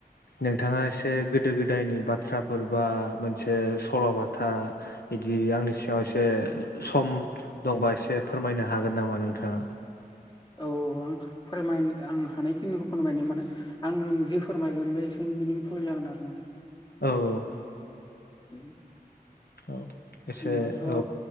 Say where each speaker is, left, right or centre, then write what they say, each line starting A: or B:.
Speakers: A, on the left; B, on the left.
A: नोंथाङा एसे गोदो गोदायनि बाथ्राफोर बा मोनसे सल'बाथा बिदि आंनि सिगाङाव एसे सम दंबा एसे फोरमायनो हागोन नामा नोंथाङा
B: औ औ आ फोरमायनो आं हानायखिनिखौ फोरमायनो माने आं जि फोरमायगोन बे एसे मिनिंफुल जागोन आरो माने
A: औ
B: <inaudible>
A: औ एसे
B: होनबाथ'
A: औ